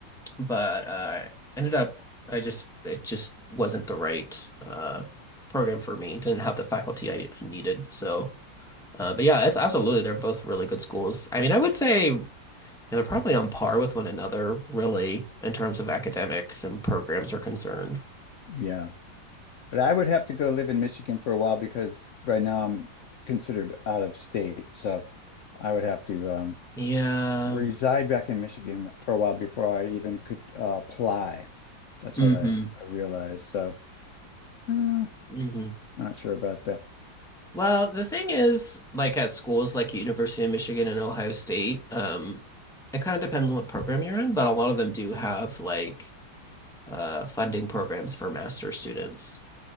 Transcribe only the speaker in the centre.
but I uh, ended up, I just it just wasn't the right uh, program for me. Didn't have the faculty I, I needed. So, uh, but yeah, it's absolutely they're both really good schools. I mean, I would say. They're probably on par with one another, really, in terms of academics and programs are concerned.
Yeah.
hmm
hmm
Well, the thing is, like at schools like University of Michigan and Ohio State, um, it kind of depends on what program you're in, but a lot of them do have like uh, funding programs for master students